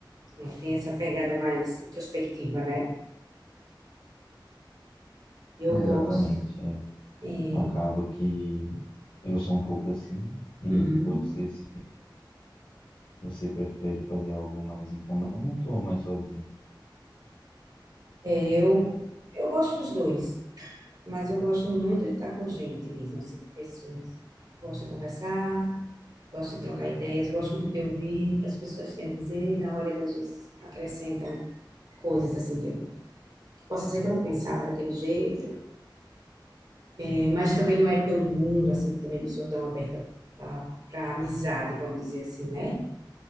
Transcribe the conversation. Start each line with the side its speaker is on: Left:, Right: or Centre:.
Right: É, Tem essa pegada mais introspectiva, né? Eu
Left: Exatamente.
Right: gosto.
Left: é.
Right: É,
Left: Acaba que eu sou um pouco assim, e
Right: Uhum.
Left: você se você prefere fazer algo mais em conjunto ou mais sozinho?
Right: Eu, eu gosto dos dois, mas eu gosto muito de estar com gente mesmo, assim, com pessoas. Gosto de conversar, gosto de trocar ideias, gosto muito de ouvir o que as pessoas têm a dizer, e na hora das vezes acrescentam coisas assim que eu posso dizer que eu não pensava daquele jeito, eh, mas também não é todo mundo, assim, também não sou tão aberta para amizade, vamos dizer assim, né?